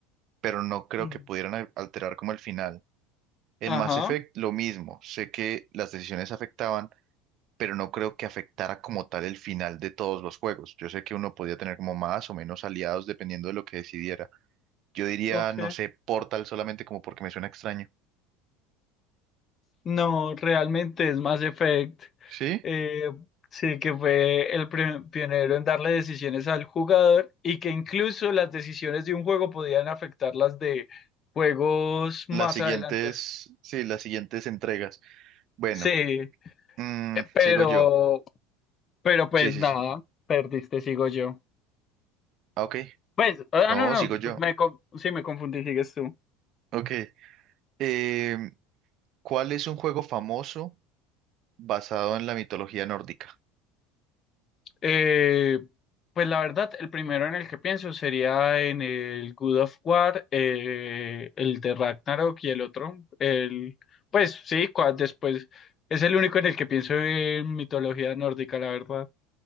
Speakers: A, on the right; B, on the left.
A: pero no creo
B: Mm.
A: que pudieran al- alterar como el final. En
B: Ajá,
A: Mass Effect lo mismo, sé que las decisiones afectaban, pero no creo que afectara como tal el final de todos los juegos. Yo sé que uno podía tener como más o menos aliados dependiendo de lo que decidiera. Yo diría,
B: ok.
A: no sé, Portal solamente como porque me suena extraño.
B: No, realmente es Mass Effect.
A: ¿Sí?
B: eh, sí, que fue el pri- pionero en darle decisiones al jugador y que incluso las decisiones de un juego podían afectar las de juegos más
A: Las siguientes,
B: adelante.
A: sí, las siguientes entregas. Bueno,
B: Sí, eh,
A: mm,
B: pero,
A: sigo yo.
B: pero pues
A: Sí, sí,
B: nada,
A: sí.
B: perdiste, sigo yo.
A: Ah, ok.
B: Pues, ah,
A: No,
B: no, no,
A: sigo yo.
B: me, con- sí, me confundí, sigues tú.
A: Ok. Em, ¿cuál es un juego famoso basado en la mitología nórdica?
B: Eh, pues la verdad, el primero en el que pienso sería en el Good of War, eh, el de Ragnarok y el otro, el, pues sí, cua- después es el único en el que pienso en mitología nórdica, la verdad.